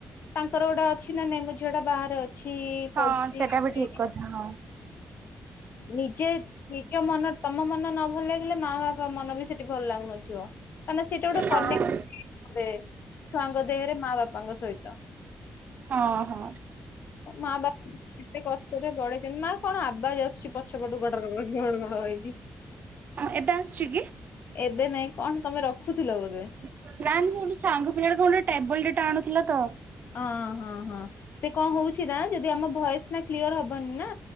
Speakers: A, on the left (about 70°); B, on the right (about 55°).
A: ତାଙ୍କର ଗୋଟେ ଅଛି ନା ନାଇଁ ମୋ ଝିଅ ଟା ବାହାରେ ଅଛି।
B: ହଁ
A: ପଢୁଛି
B: ସେଟା ବି ଠିକ କଥା ହଁ।
A: ନିଜେ ନିଜ ମନ ତମ ମନ ନ ଭଲ ଲାଗିଲେ ମା ବାପା ମନ ବି ସେଠି ଭଲ ଲାଗୁନଥିବ। କାଁ ନା ସେଇଟା ଗୋଟେ
B: ହଁ
A: କନେକ୍ଟ କରେ ଛୁଆଙ୍କ ଦେହରେ ମା ବାପାଙ୍କ ସହିତ।
B: ହଁ ହଁ।
A: ମା ବା ଏତେ କଷ୍ଟରେ ବଢେଇଚିନ୍ତି ମା କଣ ଆବାଜ ଆସୁଛି ପଛ ପଟୁ ଗଡର ଗଡର ଘଡ ଘଡ ହେଇକି?
B: ହଁ ଏବେ ଆସୁଚି କି?
A: ଏବେ ନାଇଁ କଣ ତମେ ରଖୁଥୁଲ ବୋଧେ?
B: <unintelligible> ମୋର ଗୋଟେ ସାଙ୍ଗ ପିଲାଟେ କଣ ଗୋଟେ ଟେବୁଲ ଟେ ଆଣୁଥିଲା ତ।
A: ହଁ ହଁ ହଁ ସେ କଣ ହଉଚି ନା ଯଦି ଆମ ଭଏସ ନା କ୍ଲିୟର ହବନି ନା